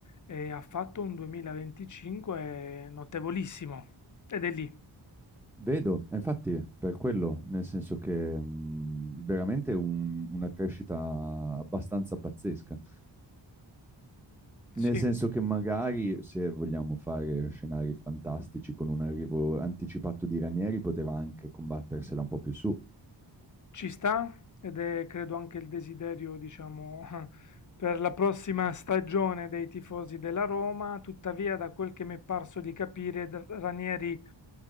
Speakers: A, on the left (about 40°); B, in the centre.
A: e ha fatto un 2025 notevolissimo. Ed è lì.
B: Vedo, e infatti, per quello, nel senso che mh, veramente un- una crescita abbastanza pazzesca.
A: Sì,
B: Nel senso che magari se vogliamo fare scenari fantastici con un arrivo anticipato di Ranieri, poteva anche combattersela un po' più su.
A: Ci sta, ed è credo anche il desiderio, diciamo, <laughs> per la prossima stagione dei tifosi della Roma. Tuttavia, da quel che mi è parso di capire, D- Ranieri